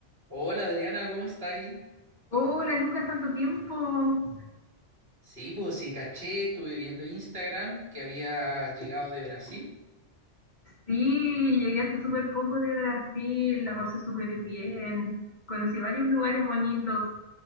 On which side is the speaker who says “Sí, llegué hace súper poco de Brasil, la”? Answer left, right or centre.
Left